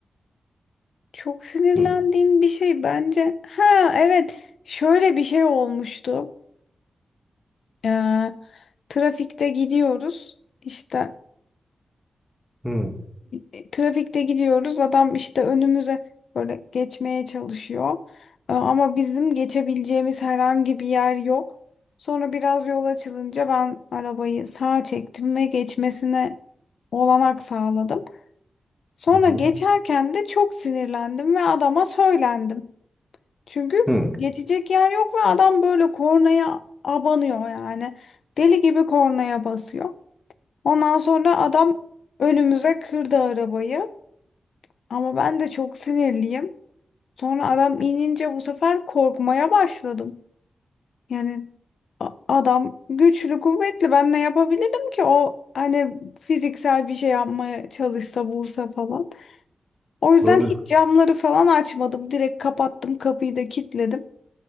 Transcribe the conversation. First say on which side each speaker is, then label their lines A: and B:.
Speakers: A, on the left; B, in the centre.
A: çok sinirlendiğim
B: Hı
A: bir şey bence. Ha evet şöyle bir şey olmuştu. Ee, trafikte gidiyoruz işte
B: hı
A: e, trafikte gidiyoruz adam işte önümüze böyle geçmeye çalışıyor Ee, ama bizim geçebileceğimiz herhangi bir yer yok. Sonra biraz yol açılınca ben arabayı sağa çektim ve geçmesine olanak sağladım. Sonra
B: hı. hı.
A: geçerken de çok sinirlendim ve adama söylendim. Çünkü
B: Hı.
A: geçecek yer yok ve adam böyle kornaya abanıyor yani. Deli gibi kornaya basıyor. Ondan sonra adam önümüze kırdı arabayı. Ama ben de çok sinirliyim. Sonra adam inince bu sefer korkmaya başladım. Yani a- adam güçlü, kuvvetli. Ben ne yapabilirim ki? O hani fiziksel bir şey yapmaya çalışsa, vursa falan. O yüzden
B: Tabii.
A: hiç camları falan açmadım. Direkt kapattım, kapıyı da kilitledim.